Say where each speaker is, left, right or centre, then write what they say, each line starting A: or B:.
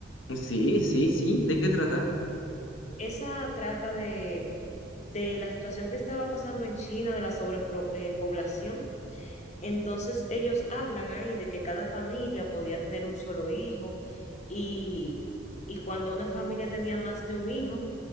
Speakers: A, on the left (about 80°); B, on the left (about 35°).
A: Sí, sí, sí. ¿De qué trata?
B: Esa trata de, de la situación que estaba pasando en China, de la sobrepoblación. Entonces ellos hablan ahí de que cada familia podía tener un solo hijo y, y cuando una familia tenía más de un hijo,